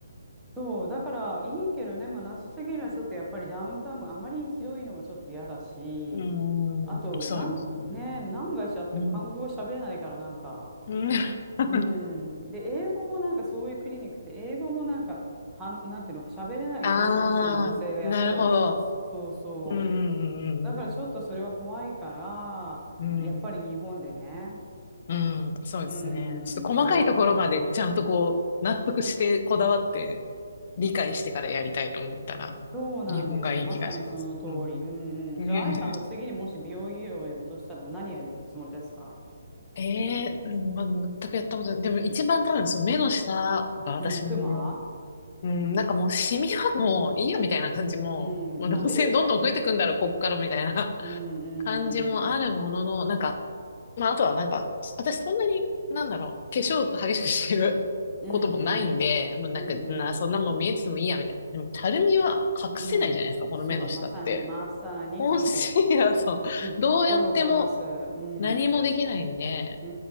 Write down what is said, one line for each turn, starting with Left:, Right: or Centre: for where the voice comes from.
Centre: そう、だからいいけどね、もう謎すぎるのはちょっとやっぱりダウンタウンもあまりひどいのはちょっと嫌だし、
Left: うん。
Centre: あと、
Left: そうですよね。
Centre: なん、ね、何回しちゃっても韓国語喋れないからなんか、
Left: うん。うん。<laughs>
Centre: うん。で、英語もなんかそういうクリニックって、英語もなんか、はん、なんていうの、喋れない韓国人の女性がやってたりし、
Left: ああ、なるほど。
Centre: そうそう。
Left: うんうんうん
Centre: だからちょっとそれは怖いから、
Left: うんうん。
Centre: やっぱり日本でね、
Left: うん、そうですね。
Centre: うん、
Left: ちょっと細かいところまでちゃんとこう、
Centre: 取ろうかな。
Left: 納得してこだわって理解してからやりたいと思ったら、
Centre: そうなんですよ。
Left: 日本がいい気がします。
Centre: まさにその通り。
Left: うん。
Centre: うんうん。
Left: <laughs> ね
Centre: じゃあ、愛さんは次にもし美容医療をやるとしたら何やるつもりですか
Left: え。ええまあ、全くやったことない。でも一番多分その目の下が私も、
Centre: うん、クマ
Left: うん、なんかもうシミはもういいやみたいな感じも、
Centre: うん、
Left: もうどうせどんどん増えてくんだろ、
Centre: まあ出てきちゃう。け、
Left: こっからみたいな
Centre: うんうんうん。
Left: <laughs> 感じもあるものの、なんか、まあ、あとはなんか、私そんなに、なんだろう、化粧激しくしてることもないんで、
Centre: うんうん。
Left: もうなんか、
Centre: うんうん
Left: な、そんなもん見えててもいいや、みたいな。でも、たるみは隠せないじゃないですか、
Centre: うん。
Left: この目の下って。
Centre: そう、まさに、まさにその通り。
Left: コンシーラー、そう、
Centre: すっごいわかります。
Left: どうやっても
Centre: うん。
Left: 何もできないんで、
Centre: うんう